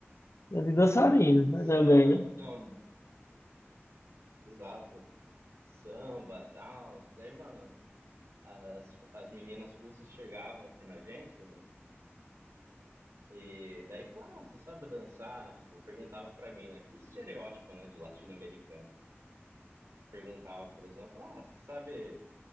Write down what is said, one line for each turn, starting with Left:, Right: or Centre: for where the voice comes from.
Left: É de dançarino,
Right: é, mano,
Left: né?
Right: samba,
Left: Também, né?
Right: Exato. Samba, tal. Daí, mano, as, as meninas russas chegavam assim na gente, mano, e daí falavam, ah, você sabe dançar? Tipo, perguntava pra mim, né? Que estereótipo, né, de latino-americano. Perguntava, por exemplo, ah, você sabe,